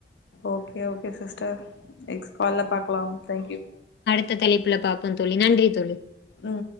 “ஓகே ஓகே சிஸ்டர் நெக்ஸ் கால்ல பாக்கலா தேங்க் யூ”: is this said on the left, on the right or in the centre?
Left